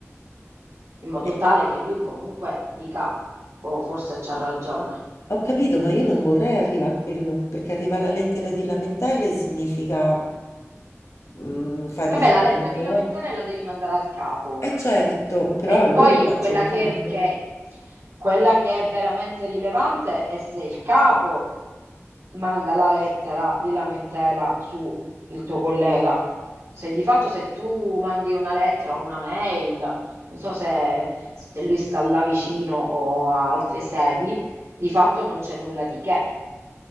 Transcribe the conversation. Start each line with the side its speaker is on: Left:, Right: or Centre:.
Right: in modo
Left: eh,
Right: tale che lui comunque dica, oh, forse c'ha ragione.
Left: ho capito, ma io non vorrei arrivare a quello, perché arrivare alla lettera di lamentele significa mm, fargli
Right: Vabbè, la
Left: danno.
Right: lettera di lamentele
Left: no?
Right: la devi mandare al capo.
Left: Eh certo, però
Right: E
Left: a lui
Right: poi
Left: faccio
Right: quella
Left: il
Right: che,
Left: danno.
Right: che- quella che è veramente rilevante è se il capo manda la lettera di lamentela su il tuo collega. Se di fatto se tu mandi una lettera o una mail, non so se, se lui sta là vicino o a altre sedi, di fatto non c'è nulla di che.